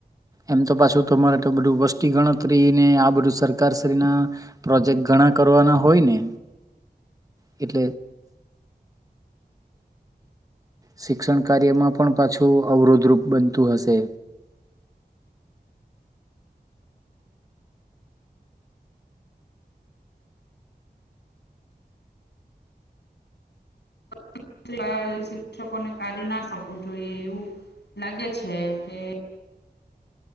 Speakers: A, on the right (about 20°); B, on the left (about 85°).
A: એમ તો પાછું તમારે તો બધું વસ્તી ગણતરીને આ બધું સરકાર શ્રી ના પ્રોજેક્ટ ઘણા કરવાના હોય ને?
B: <inaudible>
A: એટ. શિક્ષણ કાર્યમાં પણ પાછું અવરોધરૂપ બનતું હશે.
B: <unintelligible> શિક્ષકોને કાઢી ના શકવું જોઈએ એવું લાગે છે. કે